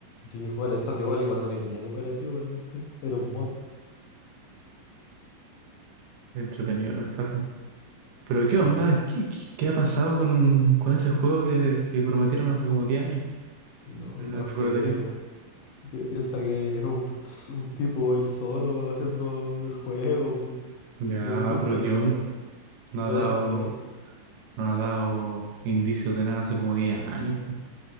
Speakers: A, on the left; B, on the right.
A: Sí, Yo jugaba al Stardew Valley cuando ni tenía cooperativo la cuestión. Era un mod.
B: Entretenido el Stardew. Pero ¿qué
A: Sí,
B: onda?
A: sí.
B: ¿Qué, qué- qué ha pasado con, con ese juego que, que prometieron hace como 10 años?
A: No,
B: de
A: no
B: La chocolatería.
A: sé, po. Pi- Piensa que es un, un tipo él solo haciendo el juego, po.
B: Ya,
A: Le, le puso
B: pero
A: cariño,
B: ¿qué onda? No
A: le
B: ha dado.
A: da su tiempo.
B: No ha dado indicios de nada hace como 10 años, pues.